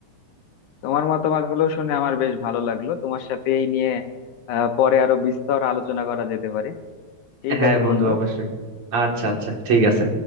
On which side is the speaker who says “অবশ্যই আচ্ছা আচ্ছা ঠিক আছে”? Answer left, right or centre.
Right